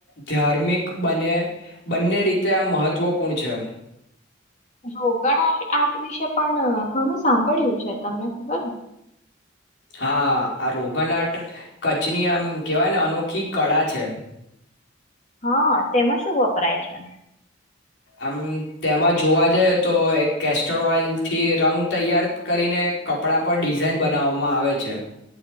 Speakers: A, on the left; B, on the left.
A: ધાર્મિક બને બંને રીતે આ મહત્વપૂર્ણ છે
B: <unintelligible> આટ વિશે પણ ઘણું સાંભળ્યું છે તમને ખબર
A: હા આ રોગન આર્ટ કચની આમ કેવાય ને અનોખી કળા છે
B: હા તેમાં શું વપરાય છે
A: આમ તેમાં જોવા જઈએ તો એક કેસ્ટર ઓઈલ થી રંગ તૈયાર કરીને કપડા પર ડિઝાાઈન બનાવવામાં આવે છે